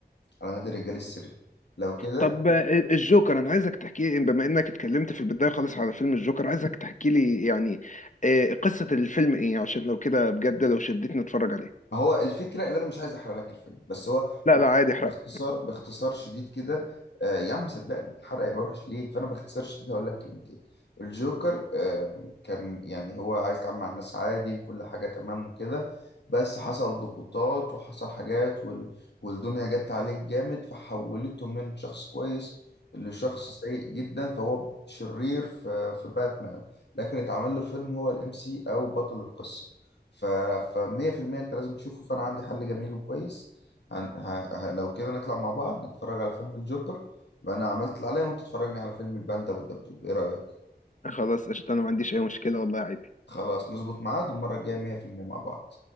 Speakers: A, on the left; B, on the left.
A: على نادي الرجال السري لو كده
B: طب آه، الجوكر انا عايزك تحكي لي بما انك اتكلمت في البدايه خالص على فيلم الجوكر عايزك تحكي لي يعني آه، قصه الفيلم ايه عشان لو كده بجد لو شدتني اتفرج عليه
A: ما هو الفكره اللي انا مش عايز احرق لك الفيلم بس هو
B: لا لا عادي احرقه
A: باختصار باختصار شديد كده آه يا عم صدقني الحرق هيبقى وحش ليك فانا باختصار شديد هقول لك كلمتين الجوكر آه كان يعني هو عايز يتعامل مع الناس عادي وكل حاجه تمام وكده بس حصل ضغوطات وحصل حاجات وال... والدنيا جت عليه جامد فحولته من شخص كويس لشخص سيء جدا فهو شرير في في باتمان لكن اتعمل له فيلم هو الام سي او بطل القصه ف ف 100% انت لازم تشوفه فانا عندي حل جميل وكويس هن... ه... ه... لو كده نطلع مع بعض نتفرج على فيلم الجوكر وانا عملت اللي عليا وانت تتفرجني على فيلم الباندا والدبدوب ايه رأيك
B: خلاص قشطه انا ما عنديش اي مشكله والله عادي
A: خلاص نظبط ميعاد والمرة الجاية 100% مع بعض